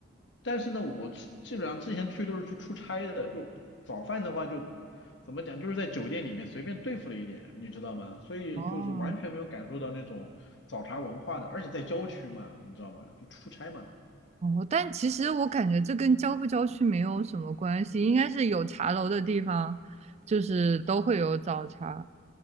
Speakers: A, on the left; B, on the right.
A: 但是呢，我去基本上之前去都是去出差的，就早饭的话就怎么讲，就是在酒店里面随便对付了一点，你知道吗？所以就是完全没有感受到那种早茶文化的，
B: 哦，
A: 而且在郊区嘛，你知道吗？就出差嘛，
B: 哦，但其实我感觉这跟郊不郊区没有什么关系，应该是有茶楼的地方，就是都会有早茶。